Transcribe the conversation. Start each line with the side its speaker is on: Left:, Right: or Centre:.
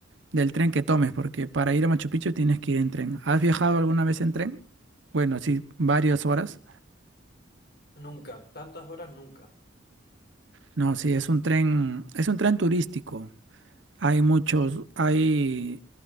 Right: del tren que tomes, porque para ir a Machu Picchu tienes que ir en tren. ¿Has viajado alguna vez en tren? Bueno, sí, varias horas.
Left: Nunca, tantas horas nunca.
Right: No, sí, es un tren, es un tren turístico. Hay muchos, hay,